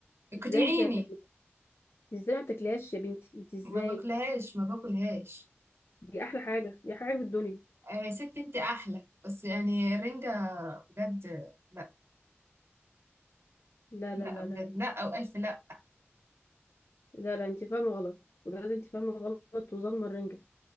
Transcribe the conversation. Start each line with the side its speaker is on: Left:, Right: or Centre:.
Right: اقنعيني
Left: ازاي انت ما بتاكليها ازاي ما بتاكليهاش يا بنتي انت ازاي
Right: ما باكلهاش ما باكلهاش
Left: دي احلى حاجة دي احلى حاجة في الدنيا
Right: آه يا ستي انتي احلى بس يعني الرنجة بجد لا
Left: لا
Right: لا
Left: لا لا
Right: بجد
Left: لا لا
Right: لا او الف لا
Left: لا, لا انت فاهمة غلط بجد انت فاهمة غلط وظالمة الرنجة